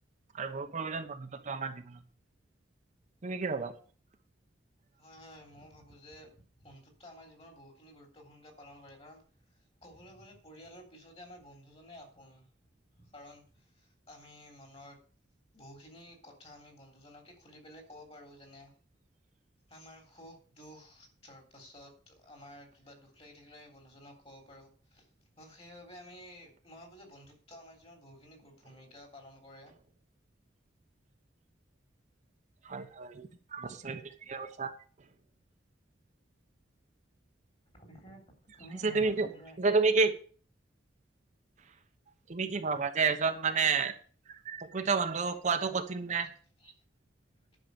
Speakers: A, on the right; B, on the left.
A: আৰু <unintelligible> বন্ধুতটো আমাৰ জীৱনত তুমি কি ভাবা?
B: হয় - হয় মই ভাবো যে বন্ধুত্বটো আমাৰ জীৱনত বহুতখিনি গুৰুত্বপূৰ্ণ ভূমিকা পালন কৰে কাৰণ ক'বলৈ গ'লে পৰিয়ালৰ পিছতে আমাৰ বন্ধুজনে আপোন কাৰণ আমি মনৰ বহুখিনি কথা আমি বন্ধুজনকে খুলি পেলে ক'ব পাৰো যেনে আমাৰ সুখ -দুখ তাৰ পাছত আমাৰ কিবা দুখ লাগি থাকিলে আমি বন্ধুজনক ক'ব পাৰোঁ অ, সেইবাবে আমি মই ভাবো যে বন্ধুত্ব আমাৰ জীৱনত বহুখিনি ভূমিকা পালন কৰে <inaudible>
A: হয় হয় নিশ্চয় তুমি ঠিকেই কৈছা
B: পিছে
A: পিছে
B: ভাবানে
A: তুমি এইটো
B: যে
A: পিছে তুমি কি তুমি কি ভাবা যে এজন মানে প্ৰকৃত বন্ধু কোৱাটো কঠিন নে
B: <inaudible>